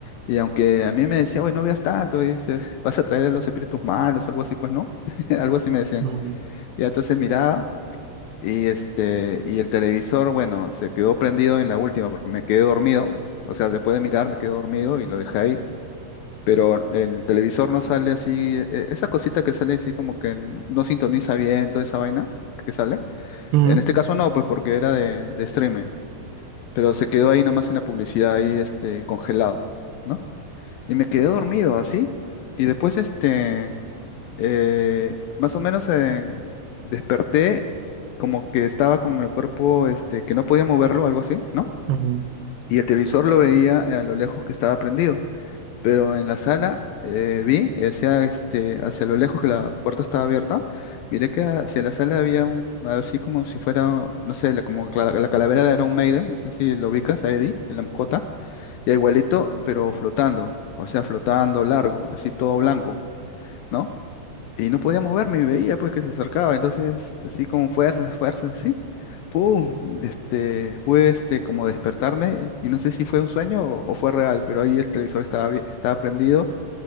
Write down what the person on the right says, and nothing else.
ujú,
Ujú,
ujú,